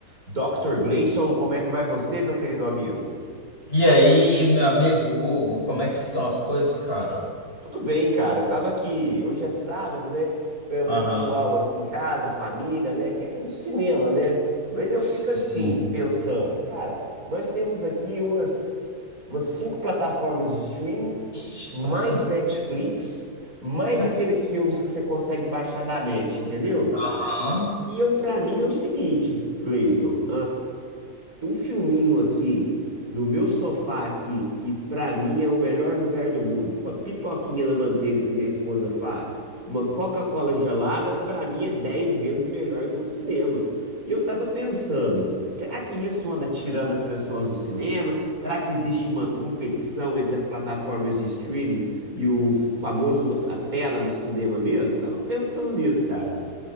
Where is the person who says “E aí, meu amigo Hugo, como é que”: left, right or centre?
Left